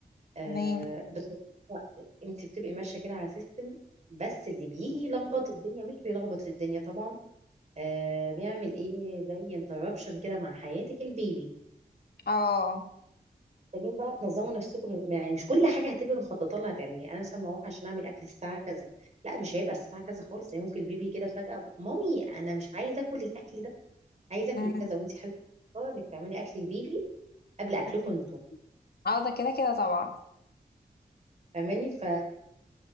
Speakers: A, on the right; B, on the left.
A: آه
B: تمام
A: بتضيع وقت انت بتبقي ماشيه كده على سيستم بس اللي بيجي يلخبط الدنيا مش بيلخبط الدنيا طبعا آه بيعمل ايه زي انتربشن كده مع حياتك البيبي
B: اه
A: محتاجين بقى تنظموا نفسكم يعني مش كل حاجه هتبقي مخططه لها هتعمليها يعني انا مثلا بروح عشان اعمل اكل الساعه كذا لا مش هيبقى الساعه كذا خالص يعني ممكن البيبي كده فجاه مامي انا مش عايز اكل الاكل ده عايز اكل
B: أمم،
A: كذا وانت حابه انك تعملي اكل البيبي قبل اكلكم
B: أمم.
A: انتوا
B: اه ده كده كده طبعا
A: فاهماني ف